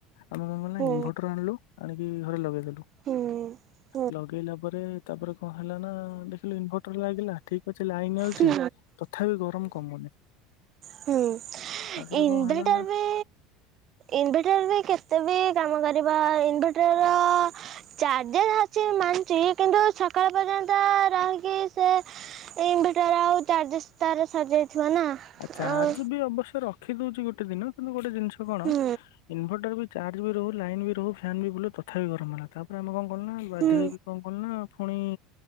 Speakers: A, on the left; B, on the right.
A: ଆମେ କଣ କଲୁ ନା,
B: ହୁଁ।
A: ଇନଭର୍ଟର ଆଣିଲୁ ଆଣିକି ଘରେ ଲଗେଇ ଦେଲୁ।
B: ହୁଁ।
A: ଲଗେଇଲା ପରେ ତାପରେ କଣ ହେଲା ନା ଦେଖିଲୁ <unintelligible> ଲାଗିଲା ଠିକ ଅଛି, ଲାଇନ୍ ଆାଉଛି।
B: ହୁଁ
A: ତଥାପି ଗରମ କମୁନି
B: ହୁଁ
A: ତାପରେ
B: ଇନଭଟର
A: କଣ ହେଲା ନା
B: ବି, ଇନଭଟର ବି, କେତେ ବି କାମ କରିବା ଇନଭଟର ର ଚାର୍ଜର୍ ହଛି ମାନୁଛି, କିନ୍ତୁ ସକାଳ ପର୍ଯ୍ୟନ୍ତ ରହିକି, ସେ ଇନଭଟର ଆଉ ଚାର୍ଜେସ୍ ତାର ସରିଯାଇଥିବ ନା
A: ଚାର୍ଜ
B: ଆଉ
A: ବି ଅବଶ୍ୟ ରଖ ରଖି ଦେଉଛି ଗଟେ ଦିନ କିନ୍ତୁ ଗଟେ ଜିନ <unintelligible> <unintelligible> କଣ
B: ହୁଁ
A: ଇନଭଟର ବି ଚାର୍ଜ ବି ରହୁ, ଲାଇନ୍ ବି ରହୁ, ଫ୍ୟାନ୍ ବି ବୁଲୁ, ତଥାପି ଗରମ ଲାଗେ ତାପରେ ଆମେ କଣ କରୁନା ବାଧ୍ୟ
B: ହୁଁ
A: ହୋଇକି କଣ କରୁନା ପୁଣି